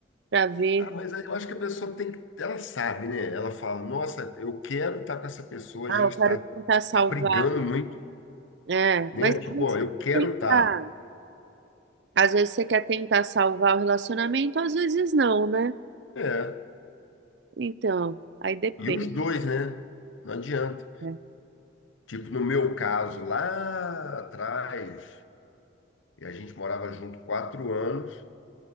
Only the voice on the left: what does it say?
Ah, mas aí eu acho que a pessoa tem que, ela sabe, né? Ela fala, nossa, eu quero estar com essa pessoa,
a gente
tá,
tá brigando muito,
né?
Tipo,
ó,
eu
quero
estar.
É,
e os dois, né? Não adianta.
Tipo, no meu caso, lá atrás, e a gente morava junto quatro anos,